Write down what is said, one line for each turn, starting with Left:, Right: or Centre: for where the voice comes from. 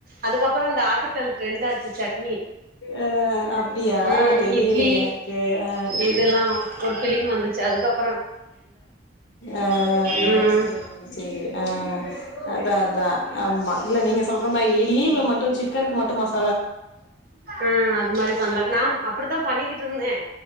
Right: அதுக்கப்புறம் இந்த ஆட்டுக்கள் ட்ரெண்ட் ஆச்சு ச்சட்
Left: அ அப்டியா
Right: உஹம்
Left: தெரியல
Right: இட்லி
Left: எனக்கு அ
Right: இதெல்லாம் ஒரு பிலிம் வந்துச்சு அதுக்கப்புற
Left: ஆஹ்
Right: ம்
Left: அஹ சரி சரி ஆஹ் அத அதான் ஆமா இல்ல நீங்க சொல்ற மாதிரி லீவல மட்டும் சிக்கனுக்கு மட்டும் மசா
Right: ஆஹ் அது மாரி பண்ணல நான் அப்படித்தான் பண்ணிக்கிட்டு இருந்தேன்